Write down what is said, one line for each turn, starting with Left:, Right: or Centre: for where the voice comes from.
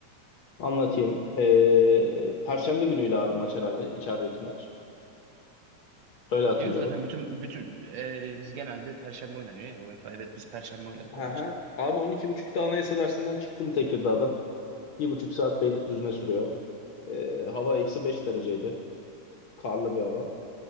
Left: anlatayım. Ee, Perşembe günüydü abi maç herhalde. İçerideki maç. Öyle hatırlıyorum.
Right: Diyoruz zaten bütün bütün e, genelde Perşembe oynanıyor ya UEFA. Evet biz Perşembe oynadık
Left: Aha.
Right: o maçta.
Left: Abi 12.30'da Anayasa dersinden çıktım Tekirdağ'dan. Bir buçuk saat Beylikdüzü'ne sürüyor. Ee, hava eksi 5 dereceydi. Karlı bir hava.